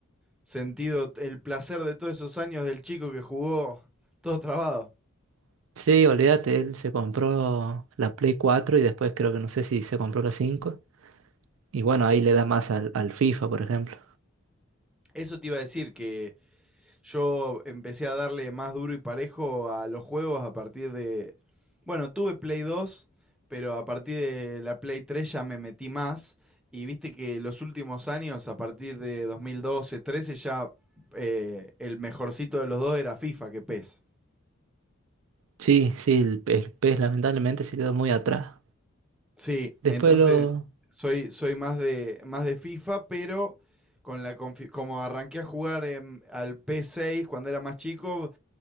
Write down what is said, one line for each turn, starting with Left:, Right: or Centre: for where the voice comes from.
Centre: sentido t- el placer de todos esos años del chico que jugó todo trabado.
Right: <laughs> sí, olvídate, él se compró la Play 4 y después creo que no sé si se compró la cinco Y bueno, ahí le da más al, al FIFA, por ejemplo.
Centre: Eso te iba a decir que Yo empecé a darle más duro y parejo a los juegos a partir de... Bueno, tuve Play 2, pero a partir de la Play 3 ya me metí más. Y viste que los últimos años, a partir de 2012, 13, ya eh, el mejorcito de los dos era FIFA que PES.
Right: Sí, sí, el pez, el pez lamentablemente se quedó muy atrás.
Centre: Sí,
Right: Después
Centre: entonces
Right: lo...
Centre: soy, soy más de, más de FIFA, pero con la confi- como arranqué a jugar en- al P6 cuando era más chico,